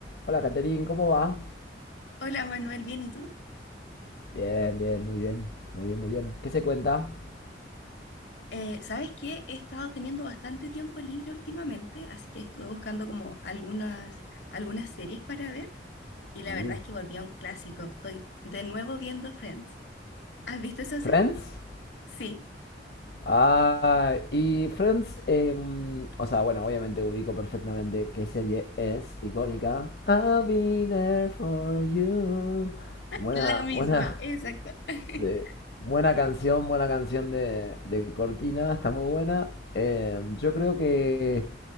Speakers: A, on the left; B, on the left.
A: Hola, Caterin, ¿cómo va?
B: Hola Manuel, bien, ¿y tú?
A: Bien, bien, muy bien, muy bien, muy bien. ¿Qué se cuenta?
B: Eh, ¿sabes qué? He estado teniendo bastante tiempo libre últimamente, así que estuve buscando como algunas, algunas series para ver y la
A: Uh,
B: verdad es que volví a un clásico. Estoy de nuevo viendo Friends. ¿Has visto esa
A: ¿Friends?
B: serie? Sí,
A: Ah, y Friends, em, o sea, bueno, obviamente ubico perfectamente qué serie es icónica. I'll be there for you. Buena,
B: la misma,
A: buena,
B: exacto. <laughs>
A: Sí. Buena canción, buena canción de, de Cortina, está muy buena. Eh, yo creo que